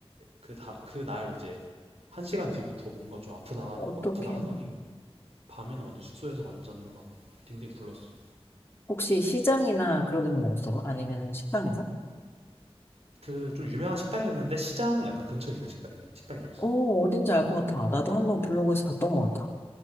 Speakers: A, on the right; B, on the left.
A: 그 다 그 날 이제 한 시간 뒤부터 뭔가 좀 아프다
B: 어떡해.
A: 아프다 하더니 밤에는 완전 숙소에서 완전 막 딩딩 굴렀어.
B: 혹시 시장이나 그런 데서 먹었어? 아니면 식당에서?
A: 그 좀 유명한 식당이었는데 시장 약간 근처에 있는 식당 식당이었어.
B: 어, 어딘지 알 것 같아. 나도 한번 블로그에서 봤던 것 같아.